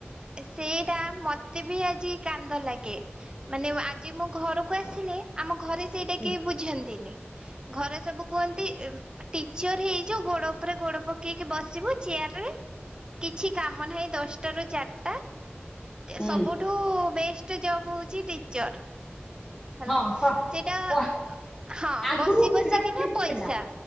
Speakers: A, on the right; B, on the left.
A: ସେଇଟା ମତେ ବି ଆଜି କାନ୍ଦ ଲାଗେ। ମାନେ ଆଜି ମୁଁ ଘରକୁ ଆସିଲେ ଆମ ଘରେ ସେଇଟା
B: ହୁଁ
A: କେହି ବୁଝନ୍ତିନି। ଘରେ ସବୁ କୁହନ୍ତି ଟିଚର ହେଇଯ। ଗୋଡ ଉପରେ ଗୋଡ ପକେଇକି ବସିବୁ ଚେୟାର ରେ। କିଛି କାମ ନାହିଁ ଦଶଟାରୁ ଚାରିଟା ସବୁଠୁ
B: ହୁଁ।
A: ବେଷ୍ଟ ଟେ ଜବ ହଉଚି ଟିଚର। ହେଲା
B: ହଁ ସ
A: ସେଇଟା
B: ୱା
A: ହଁ
B: ଆଗରୁ
A: ବସି
B: ସେଇଟା
A: ବସିିକିନା
B: ଠିକ୍
A: ପଇସା।
B: ଥିଲା।